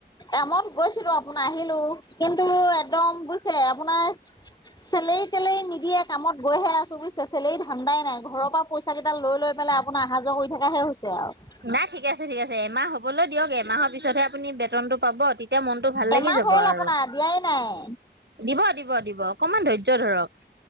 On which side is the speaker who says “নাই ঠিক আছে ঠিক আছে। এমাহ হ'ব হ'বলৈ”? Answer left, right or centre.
Right